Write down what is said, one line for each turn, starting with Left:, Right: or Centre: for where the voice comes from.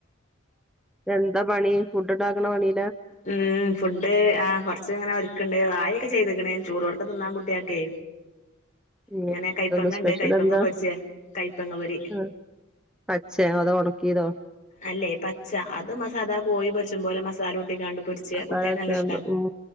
Centre: എന്താ പണി ഫുഡ് ഉണ്ടാക്കണ പണി
Left: ഉം ഫുഡ് ആ കൊറച്ച ഇങ്ങനെ ഒരുക്കണ്ടോ ആ ക്കെ ചെയ്തക്കണേ ചൂറ്ോടക്ക നിതിന്നാൻ കുട്ടിയക്കെ
Centre: ഉം
Left: അങ്ങനെ
Centre: ഇന്ന്
Left: കയപ്പങ്ങ
Centre: സ്പെഷ്യൽ
Left: ഉണ്ട് കൈപ്പങ്ങ
Centre: എന്താ
Left: പൊരിച്ച് കയപ്പങ്ങ പൊരി
Centre: ആഹ് പച്ചേ അതോ ഒണക്കിയതോ
Left: അല്ലെ പച്ച അത് മസാധാ കോയി പച്ച പോലെ മ ാല കുട്ടി കണ്ടണ്ട് പൊരിച്ച
Centre: മസാല
Left: കുട്ടികക്ക്
Centre: വെച്ചാണ്ട്
Left: നല്ല ഇഷ്ട
Centre: ഉം